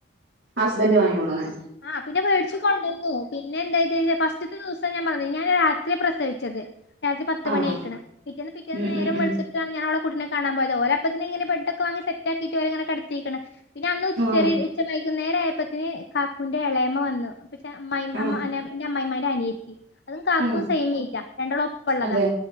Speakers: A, on the right; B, on the left.
A: ഹസ്ബൻഡ് വാങ്ങികൊണ്ട്‌ വന്നേ
B: ആ പിന്നെ മേടിച്ചു കൊണ്ടുവന്നു പിന്നെ എന്തായിച്ച് കഴിഞ്ഞാ ഫസ്റ്റ്ത്തെ ദിവസം ഞാൻ പറഞ്ഞ് ഞാൻ രാത്രിയാ പ്രസവിച്ചത് രാത്രി പത്ത്
A: ആഹ്
B: മണി ആയേക്കണ് പിറ്റേന്ന് പിറ്റേന്ന്
A: ഉം
B: നേരം
A: ഉം ഉം
B: വെളുത്തിട്ടാണ് ഞാൻ അവളെ കുട്ടിനെ കാണാ പോയത് ഓര് അപ്പത്തേക്കന് ഇങ്ങനെ ബെഡ് ഒക്കെ വാങ്ങി സെറ്റ് ആക്കി ഇങ്ങനെ കെടത്തിക്ക്ണ് പിന്നെ അന്ന് ഉച്ചവരെ
A: ആഹ്
B: ഉച്ച വൈകുന്നേരം ആയ പ്പതെന്ന് കാക്കുന്റെ എളയമ്മ വന്നു പിന്നെ അമ്മായിയമ്മ
A: ആഹ്
B: അമ്മ പിന്നെ അമ്മായിമാര് ന്റെ അനിയത്തി അതും കാക്കും
A: ആഹ്
B: സെയിംഎയ്ജാ രണ്ടാളം ഒപ്പമുള്ളതാ
A: അതെ